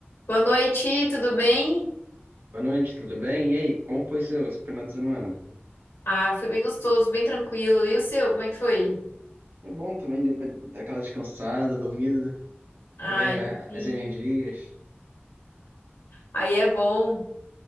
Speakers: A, on the left; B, on the right.
A: Boa noite, tudo bem?
B: Boa noite, tudo bem? E aí, como foi seu, seu final de semana?
A: Ah, foi bem gostoso, bem tranquilo. E o seu, como é que foi?
B: Foi bom também, deu pra dar aquela descansada, dormida,
A: Ai,
B: recarregar
A: sim.
B: as energias.
A: Aí é bom.